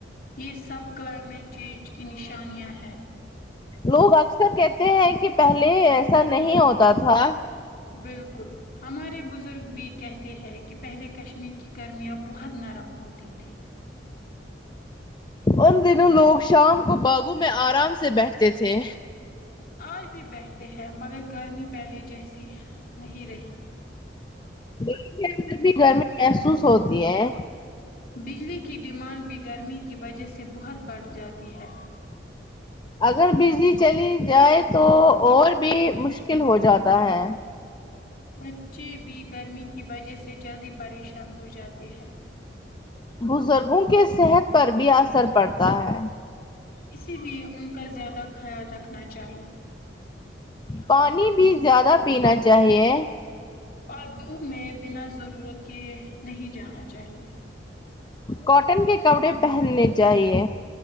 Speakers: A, on the left; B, on the left.
A: یہ سب کلائمیٹ چینج کی نشانیاں ہیں
B: لوگ اکثر کہتے ہیں کہ پہلے ایسا نہیں ہوتا تھا
A: بالکل ہمارے بزرگ بھی کہتے ہیں کہ پہلے کشمیر کی گرمیاں بہت نرم ہوتی تھی
B: ان دنوں لوگ شام کو باغوں میں آرام سے بیٹھتے تھے
A: اج بھی بیٹھتے ہیں مگر گرمی پہلے جیسی نہیں رہی
B: دین کہ اندر بھی گرمی محسوس ہوتی ہے
A: بجلی کی ڈیمانڈ بھی گرمی کی وجہ سے بہت بڑھ جاتی ہے
B: اگر بجلی چلی جائے تو اور بھی مشکل ہو جاتا ہے
A: بچے بھی گرمی کی وجہ سے جلدی پریشان ہو جاتے ہیں
B: بزرگوں کے صحت پر بھی اثر پڑتا ہے
A: اسی لیے ان کا زیادہ خیال رکھنا چاہیے
B: پانی بھی زیادہ پینا چاہیے
A: اور دور میں بنا ضرورت کے نہیں جانا چاہیے
B: کاٹن کے کپڑے پہننے چاہیے